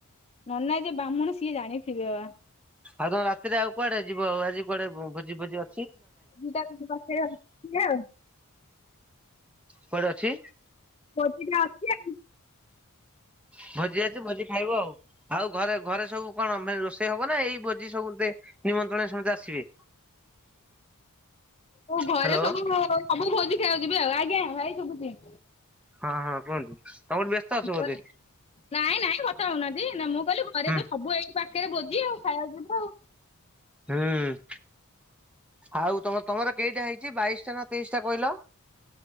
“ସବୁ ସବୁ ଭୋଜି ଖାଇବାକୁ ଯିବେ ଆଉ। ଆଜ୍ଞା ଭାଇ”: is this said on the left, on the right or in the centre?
Left